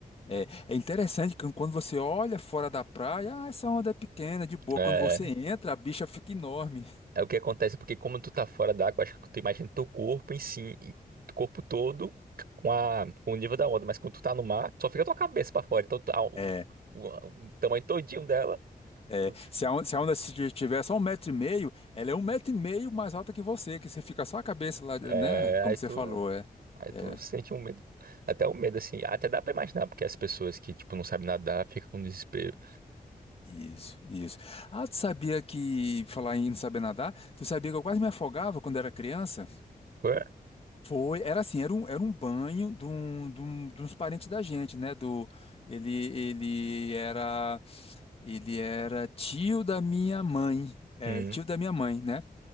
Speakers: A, on the left (about 40°); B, on the right (about 80°).
A: É, é interessante que quando você olha fora da praia, ah, essa onda é pequena, de boa.
B: É,
A: Quando você entra, a bicha fica enorme.
B: é o que acontece, porque como tu tá fora d'água, acho que tu imagina teu corpo em si, e- teu corpo todo com, a, com o nível da onda, mas quando tu tá no mar, só fica tua cabeça pra fora, então tu- a- o,
A: É,
B: o- o tamanho todinho dela,
A: é,
B: tu-
A: se a onda, se a onda se só um metro e meio, ela é um metro e meio mais alta que você, que você fica só a cabeça lá, né?
B: é, aí
A: Como
B: tu,
A: você falou, é.
B: aí
A: É,
B: tu sente um medo, até o medo assim, até dá pra imaginar, porque as pessoas que, tipo, não sabem nadar, ficam com desespero.
A: isso, isso. Ah, tu sabia que, falar em não saber nadar, tu sabia que eu quase me afogava quando era criança?
B: Ué?
A: Foi, era assim, era um, era um banho de, um, de, um- de uns parentes da gente, né? Do, ele, ele era, ele era tio da minha mãe, é,
B: Hum,
A: tio da minha mãe, né?